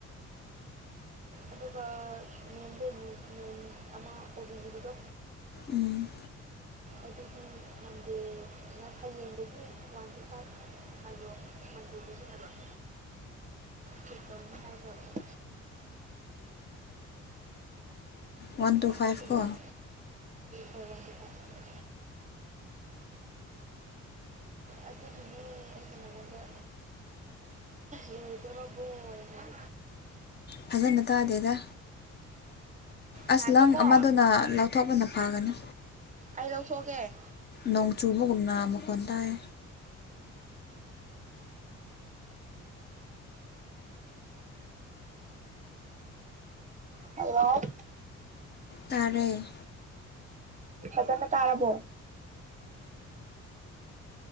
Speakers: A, on the right; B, on the left.
A: ꯑꯗꯨꯒ ꯃꯦꯝꯗꯦꯃꯤ ꯃꯦꯟ ꯑꯃ ꯎꯕꯤꯔꯤꯕꯗꯣ
B: ꯎꯝ
A: ꯑꯗꯨꯗꯤ ꯎꯝ ꯅꯪ ꯍꯌꯦꯡꯗꯒꯤ ꯋꯥꯟ ꯇꯤ ꯐꯥꯏꯚ ꯑꯜꯂꯣ <unintelligible> ꯇꯤꯟꯅꯕꯔꫭ ꯆꯦꯛ ꯇꯧꯅꯤ ꯍꯥꯏꯈꯔꯕꯅꯦ
B: ꯋꯥꯟ ꯇꯨ
A: ꯅꯪꯅ
B: ꯐꯥꯏꯚ
A: ꯁꯤꯟꯕꯗꯣ
B: ꯀꯣ
A: ꯍꯣꯏ ꯋꯥꯟ ꯇꯨ ꯐꯥꯏꯚ ꯑꯗꯨꯒꯤꯅꯦ ꯑꯩꯅ ꯅꯉꫭꯟꯗ ꯂꫭꯏꯗꫭꯔꯕꫭꯅ ꯍꯥꯏ
B: ꯐꯖꯅ ꯇꯥꯗꯦꯗ ꯑꯁ
A: ꯉꯥꯏꯈꯣꯀꯣ
B: ꯂꯪ ꯑꯃꯗꯨꯅ ꯂꯧꯊꯣꯛꯄꯅ ꯐꯒꯅꯤ
A: ꯑꯩ ꯂꯧꯊꯣꯛꯑꯒꯦ
B: ꯅꯣꯡ ꯆꯨꯕꯒꯨꯝꯅ ꯃꯈꯣꯟ ꯇꯥꯏ
A: ꯍꯜꯂꯣ!
B: ꯇꯔꯦ
A: ꯐꯖꯅ ꯇꯥꯔꯥꯕꯣ